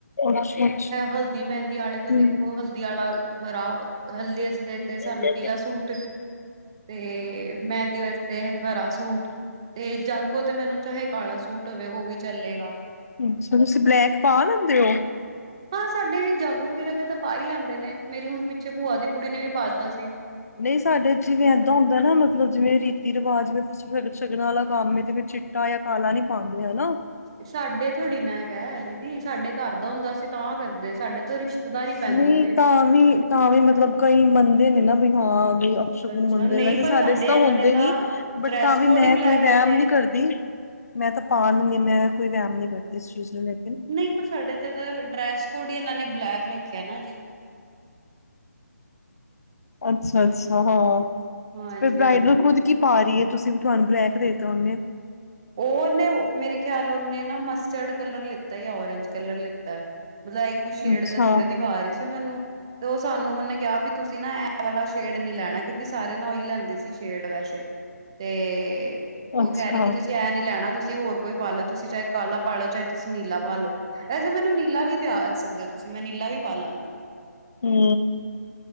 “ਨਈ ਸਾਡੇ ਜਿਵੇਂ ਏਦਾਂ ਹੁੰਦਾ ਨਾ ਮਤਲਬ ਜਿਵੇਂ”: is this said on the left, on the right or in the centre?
Left